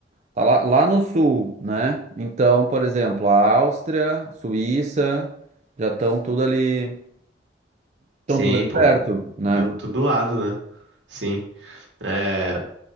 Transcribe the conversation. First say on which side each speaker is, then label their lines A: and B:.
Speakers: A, on the right; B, on the right.
A: Tá lá, lá no sul, né? Então, por exemplo, a Áustria, Suíça, já estão tudo ali. Estão
B: Sim,
A: tudo ali
B: pô.
A: perto, né?
B: Do, tudo lado, né? Sim. É,